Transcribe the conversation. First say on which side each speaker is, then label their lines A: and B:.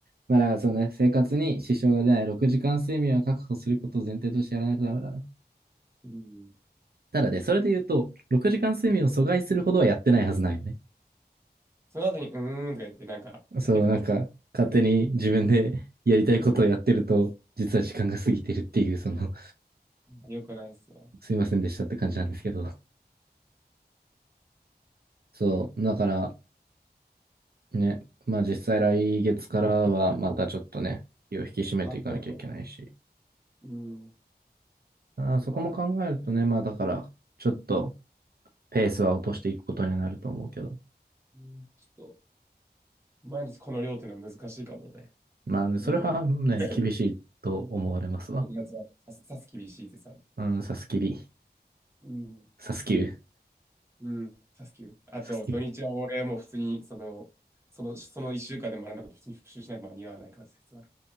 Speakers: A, on the right (about 65°); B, on the right (about 15°).
A: まあ、だからそうね、生活に支障が出ない6時間睡眠は確保することを前提としてやらないとダメだね。
B: うん。
A: ただね、それで言うと、6時間睡眠を阻害するほどはやってないはずなんよね。
B: その後に、うーんとか言って、なんか、
A: そう、
B: 携帯ポチポ
A: なんか、勝手に自分で <laughs> やりたいことをやってると、実は時間が過ぎてるっていう、その、
B: よくないですね。
A: <laughs> すいませんでしたって感じなんですけど。そう、だからね、まあ実際来月からはまたちょっとね、気を引き締めていかなきゃいけないし。
B: 考えると。うん。
A: あーそこも考えるとね、
B: ちょっとワーク、
A: まあだから、ちょっとペースは落としていくことになると思うけど。
B: うんちょっと、毎日この量っていうのは難しいかもね。
A: まあね、それはね、
B: 6月、
A: 厳しいと思われますわ。
B: 6月はさす、さす厳しいってさ。
A: うん、サスキビ、
B: うん。
A: サスキュー、
B: うん。さすきゅあと、
A: サスキュー。
B: 土日は俺も普通に、その、その、その1週間で学んだこと普通に復習しないと間に合わない感じですある